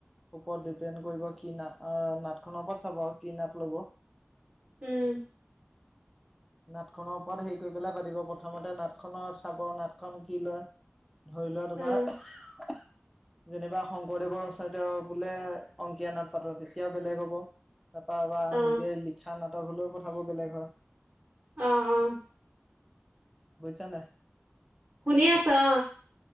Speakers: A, in the centre; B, on the right.
A: ওপৰত ডিপেণ্ড কৰিব কি ন নাটখনৰ ওপৰত চাব কি নাট ল'ব।
B: উম
A: নাটখনৰ ওপৰত হেৰি কৰি পেলাই পাতিব প্ৰথমতে নাটখনৰ চাব নাটখন কি লয়। ধৰি লোৱা তোমাৰ।
B: উম,
A: যেনিবা শংকৰদেৱৰ ৰচনাত বোলে অংকীয়া নাট পাতা তেতিয়াও বেলেগ হব। তাৰা বা
B: অ',
A: নিজে লিখা নাটক হলেও কথাবোৰ বেলেগ হয়।
B: অ অ
A: বুজিছা নাই?
B: শুনি আছো অ।